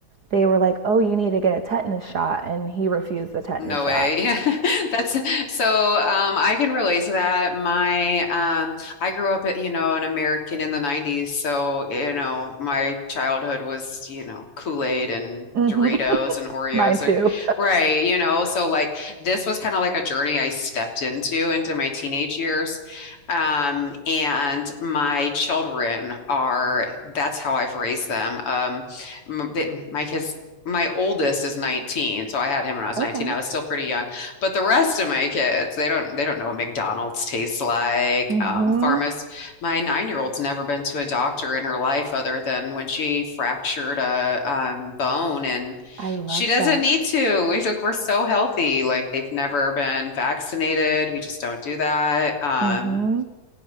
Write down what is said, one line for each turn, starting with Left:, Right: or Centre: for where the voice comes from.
Right: they were like, "Oh, you need to get a tetanus shot," and he refused the tetanus
Left: No
Right: shot.
Left: way. <laughs> That's so um I can relate to that. My um I grew up at, you know, an American in the 90s, so you know, my childhood was, you know, Kool-Aid and
Right: hmm
Left: Doritos and Oreos.
Right: Mine
Left: So,
Right: too.
Left: right, you know, so like this was kind of like a journey I stepped into into my teenage years. Um and my children are that's how I've raised them. Um m- they, my kids my oldest is 19, so I had him when I was
Right: Okay.
Left: 19. I was still pretty young. But the rest of my kids, they don't they don't know what McDonald's tastes like.
Right: Mhm.
Left: Um, pharmac my nine-year-old's never been to a doctor in her life other than when she fractured a um, bone and
Right: I love
Left: she doesn't
Right: that.
Left: need to. We like we're so healthy. Like they've never been vaccinated. We just don't do that. Um,
Right: Mhm.